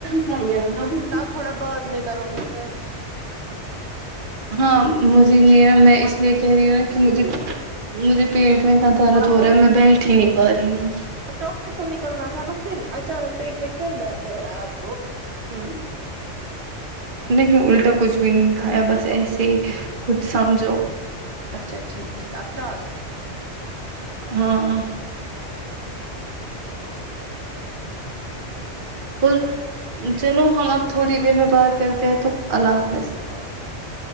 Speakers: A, on the right (about 45°); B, on the right (about 65°).
A: شک انا <unintelligible>
B: آپ تھوڑا بعد میں کرو گی فریش
A: ہاں مجھے یہ ہے میں اس لیے کہہ رہی ہوں نا کہ مجھے مجھے پیٹ میں اتنا درد ہو رہا ہے میں بیٹھ ہی نہیں پا رہی ہوں
B: اب ڈاکٹر کو نکلنا تھا نا پھر اچانک پیٹ میں کیوں درد ہو رہا ہے اب
A: ہ نہیں الٹا کچھ بھی نہیں دکھایا بس ایسے ہی کچھ سمجھو
B: اچھا ٹھیک ٹھیک اثرات
A: ہاں
B: جٹھیک
A: اور چلو ہم اب تھوڑی دیر میں بات کرتے ہیں تو اللہ حافظ
B: اوکے اللہلہ